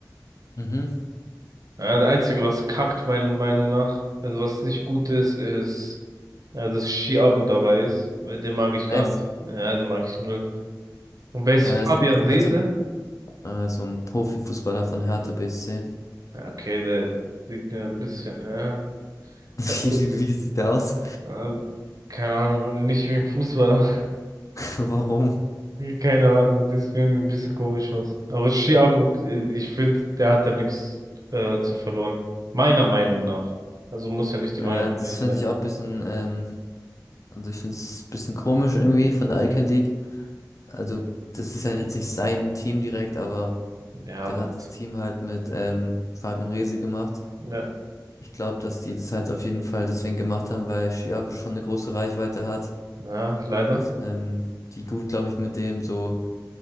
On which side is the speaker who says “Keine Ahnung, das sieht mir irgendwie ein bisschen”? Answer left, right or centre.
Right